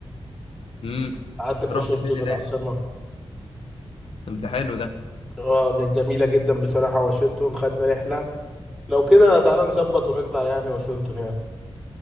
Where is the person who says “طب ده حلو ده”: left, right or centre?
Left